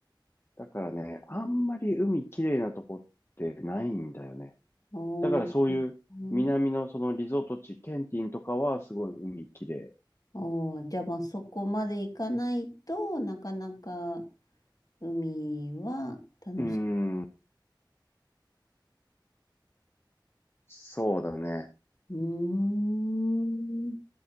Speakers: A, on the left; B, on the left.
A: だからね、あんまり海きれいなとこってないんだよね。
B: おー、
A: だからそういう南のそのリゾート地、
B: うん
A: ケンティンとかはすごい海きれい。う
B: おー、じゃあまあそこまで行かないとなかなか海は楽しい。
A: ーん、そうだね。
B: うーん。